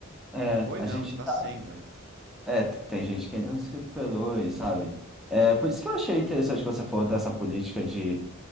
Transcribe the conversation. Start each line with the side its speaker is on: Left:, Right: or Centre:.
Centre: é,
Right: Foi
Centre: a
Right: não,
Centre: gente
Right: está
Centre: tá,
Right: sendo, é.
Centre: é, tem gente que ainda não se recuperou, e sabe? É, por isso que eu achei interessante quando você falou dessa política de